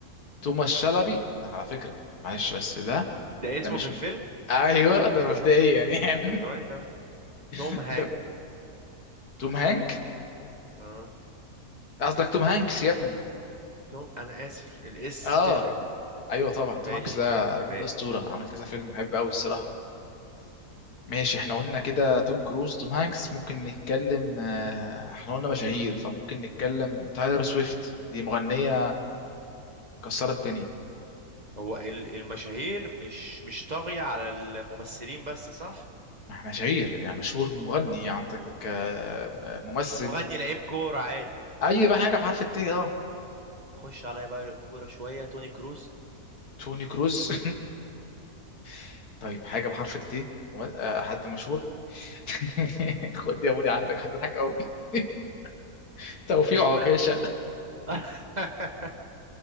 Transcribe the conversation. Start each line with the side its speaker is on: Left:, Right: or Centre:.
Left: توماس شلبي على فكرة معلش بس ده
Right: ده
Left: ده
Right: اسمه
Left: مش
Right: في الفيلم
Left: م- ايوه ده مبدئيا يعني
Right: طب ثواني تمام توم
Left: <laughs>
Right: هانك
Left: ده توم هانك
Right: اه
Left: قصدك توم هانكس يا ابني
Right: توم انا اسف الاس
Left: اه
Right: تفرق
Left: ايوه طبعا توم
Right: ماشي
Left: هانكس ده الراجل
Right: ماشي
Left: ده اسطورة عمل كذا فيلم بحبه قوي الصراحة ماشي احنا قلنا كده توم كروز وتوم هانكس ممكن نتكلم آه، احنا قلنا مشاهير فممكن نتكلم تايلر سويفت دي مغنية كسرت الدنيا
Right: هو ال- المشاهير مش مش طاغية على الممثلين بس صح
Left: ما احنا مشاهير يعني مشهور مغني عندك آه، آه، ممثل
Right: مغني لعيب كورة عادي
Left: اي بقى حاجه بحرف الت اه
Right: خش عليا بقى كورة شوية توني كروز
Left: توني كروز <laughs> طيب حاجه بحرف الت وم- آه، حد مشهور <laughs> خد يا بودي عندك هتضحك قوي <laughs> توفيق
Right: مين
Left: عكاشه
Right: بقى
Left: <laughs>
Right: <laughs>